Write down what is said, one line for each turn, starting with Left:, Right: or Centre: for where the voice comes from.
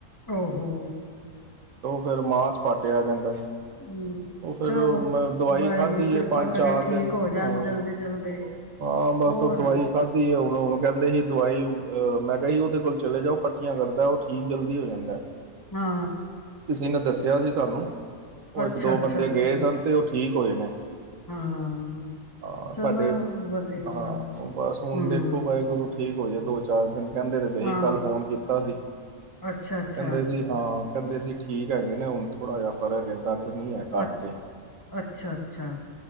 Left: ਔਹੋ,
Right: ਫਿਰ ਮਾਸ ਪਾਟਿਆ ਕਹਿੰਦਾ ਸੀ।
Left: ਹੂੰ,
Right: ਉਹ ਫੇਰ
Left: ਚਲੋ
Right: ਮੈਂ ਦਵਾਈ
Left: ਵਾਹਿਗੁਰੂ
Right: ਖਾਧੀ
Left: ਕਿਰਪਾ
Right: ਹੈ, ਪੰਜ
Left: ਕਰੇ
Right: ਚਾਰ
Left: ਠੀਕ
Right: ਦਿਨ
Left: ਹੋ ਜਾਣ
Right: ਹਾਂ-ਹਾਂ
Left: ਜਲਦੀ ਜਲਦੀ
Right: ਬਸ
Left: ਹੋਰ
Right: ਉਹ ਦਵਾਈ ਖਾਧੀ ਹੈ, ਹੁਣ ਹੁਣ ਕਹਿੰਦੇ ਸੀ ਦਵਾਈ। ਅਹ ਮੈਂ ਕਿਹਾ ਸੀ, ਉਹਦੇ ਕੋਲ ਚਲੇ ਜਾਓ ਪੱਟੀਆਂ ਕਰਦਾ ਉਹ ਠੀਕ ਜਲਦੀ ਹੋ ਜਾਂਦਾ।
Left: ਹਾਂ
Right: ਕਿਸੇ ਨੇ ਦੱਸਿਆ ਸੀ। ਸਾਨੂੰ ਉਹ
Left: ਅੱਛਾ
Right: ਇੱਕ ਦੋ
Left: ਅੱਛਾ
Right: ਬੰਦੇ
Left: ਅੱਛਾ
Right: ਗਏ ਸਨ, ਤੇ ਉੱਥੇ ਠੀਕ ਹੋਏ ਨੇ,
Left: ਹਾਂ,
Right: ਹਾਂ
Left: ਚਲੋ
Right: ਸਾਡੇ
Left: ਏ ਵਧੀਆ
Right: ਹਾਂ
Left: ਗੱਲ ਹੈ
Right: ਬਸ ਹੁਣ
Left: ਹੂੰ,
Right: ਦੇਖੋ ਵਾਹਿਗੁਰੂ ਠੀਕ ਹੋ ਜਾਏ ਦੋ ਚਾਰ ਦਿਨ ਕਹਿੰਦੇ ਤੇ ਪਏ ਸੀ
Left: ਹਾਂ
Right: ਕੱਲ ਫੋਨ ਕੀਤਾ ਸੀ,
Left: ਅੱਛਾ ਅੱਛਾ
Right: ਕਹਿੰਦੇ ਸੀ ਹਾਂ। ਕਹਿੰਦੇ ਸੀ, ਠੀਕ ਹੈਗੇ ਨੇ ਹੁਣ ਥੋੜਾ ਜਿਹਾ ਫਰਕ ਹੈ ਦਰਦ ਨਹੀਂ ਹੈ ਘੱਟ
Left: ਅੱ
Right: ਏ
Left: ਅੱਛਾ-ਅੱਛਾ,